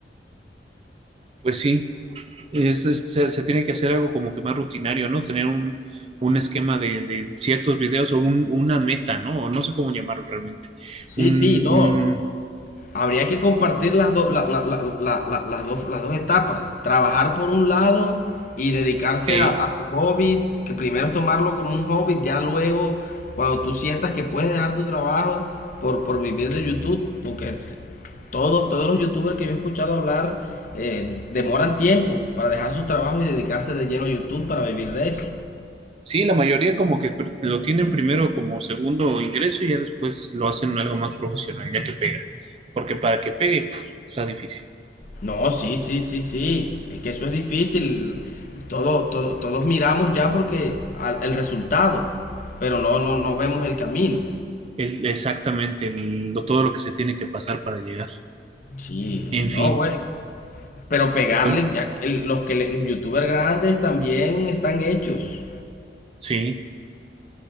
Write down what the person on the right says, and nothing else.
Pues sí, es, es- se, se tiene que hacer algo como que más rutinario, ¿no? Tener un, un esquema de, de ciertos videos o un- una meta, ¿no? O no sé cómo llamarlo realmente.
Un,
un,
eh,
sí, la mayoría como que pr- lo tienen primero como segundo ingreso y ya después lo hacen algo más profesional, ya que pega. Porque para que pegue, puf, está difícil.
Es exactamente el- lo- todo lo que se tiene que pasar para llegar.
En
fin,
bueno,
sí.